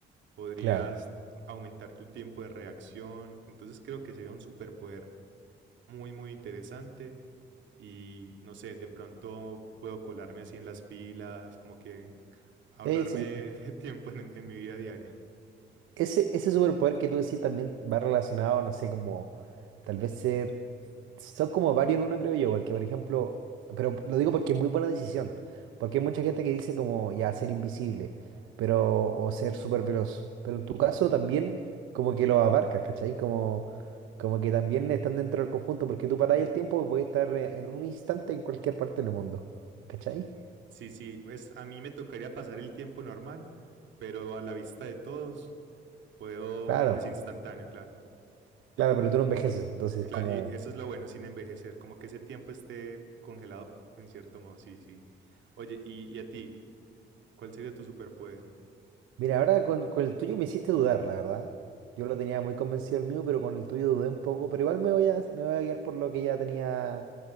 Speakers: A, on the right; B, on the right.
A: podrías
B: claro.
A: aumentar tu tiempo de reacción. Entonces creo que sería un superpoder muy, muy interesante. y no sé, de pronto puedo colarme así en las filas, como que ahorrarme
B: Sí, sí,
A: <laughs> tiempo en, en mi vida diaria.
B: Ese, ese superpoder que tú decís también va relacionado, no sé, como tal vez ser... Son como varios en uno, creo yo, porque por ejemplo, pero lo digo porque es muy buena decisión, porque hay mucha gente que dice como ya ser invisible, pero o ser súper veloz, pero en tu caso también como que lo abarcas, ¿cachai? Como, como que también están dentro del conjunto, porque tú paráis el tiempo y podés estar eh, en un instante en cualquier parte del mundo, ¿cachai?
A: Sí, sí, es, a mí me tocaría pasar el tiempo normal, pero a la vista de todos puedo,
B: Claro,
A: es instantáneo, claro.
B: claro, pero tú no envejeces, entonces
A: Claro,
B: como...
A: y eso es lo bueno sin envejecer, como que ese tiempo esté congelado en cierto modo, sí, sí. Oye, y, y a ti, ¿cuál sería tu superpoder?
B: Mira, ahora con, con el tuyo me hiciste dudar, la verdad. Yo lo tenía muy convencido el mío, pero con el tuyo dudé un poco. Pero igual me voy a, me voy a guiar por lo que ya tenía,